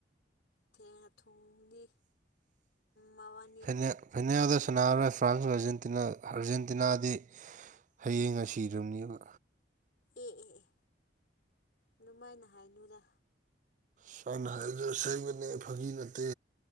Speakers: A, on the left; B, on the right.
A: ꯊꯦꯡꯅ ꯊꯨꯡꯗꯤ ꯃꯕꯥꯅꯤ
B: ꯐꯥꯏꯅꯦꯜ ꯐꯥꯏꯅꯦꯜꯗ ꯁꯥꯟꯔꯔꯣꯏ ꯐ꯭ꯔꯥꯟꯁ ꯑꯥꯔꯖꯦꯟꯇꯤꯅꯥ ꯑꯥꯔꯖꯦꯟꯇꯤꯅꯥꯗꯤ ꯍꯌꯦꯡꯒ ꯁꯤꯗ꯭ꯔꯕꯅꯦꯕ
A: ꯑꯦ ꯑꯦ ꯑꯦ ꯑꯗꯨꯃꯥꯏꯅ ꯍꯥꯏꯅꯨꯗ
B: ꯁꯥꯏꯅ ꯍꯥꯏꯕꯗꯨ ꯑꯁꯦꯡꯕꯅꯦ ꯐꯥꯒꯤ ꯅꯠꯇꯦ